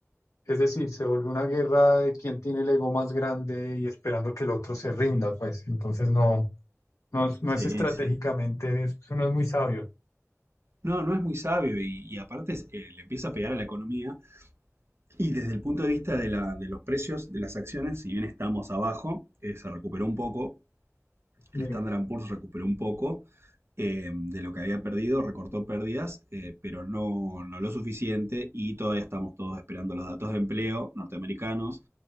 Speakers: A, on the left (about 80°); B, on the right (about 55°).
A: es decir, se vuelve una guerra de quién tiene el ego más grande y esperando que el otro se rinda, pues. Entonces no, no, es- no
B: Sí,
A: es estratégicamente,
B: sí.
A: eso no es muy sabio.
B: No, no es muy sabio y, y aparte eh, le empieza a pegar a la economía Y desde el punto de vista de, la- de los precios de las acciones, si bien estamos abajo, eh, se recuperó un poco,
A: Eh,
B: el Standard and Poor's recuperó un poco eh, de lo que había perdido, recortó pérdidas, eh, pero no, no lo suficiente y todavía estamos todos esperando los datos de empleo norteamericanos,